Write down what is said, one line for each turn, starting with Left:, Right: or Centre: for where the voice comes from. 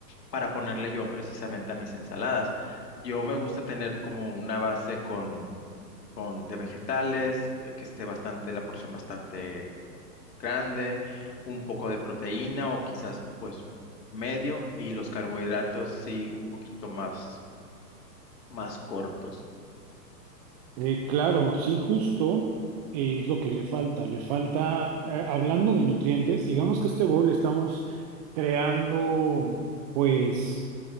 Left: para ponerle yo precisamente a mis ensaladas. Yo me gusta tener como una base con, con de vegetales, eh, que esté bastante, la porción bastante grande, un poco de proteína o quizás pues medio, y los carbohidratos sí un poquito más más cortos.
Right: Eh, claro, sí, justo eh, es lo que le falta. Le falta, eh, hablando de nutrientes, digamos que este bowl estamos creando, pues.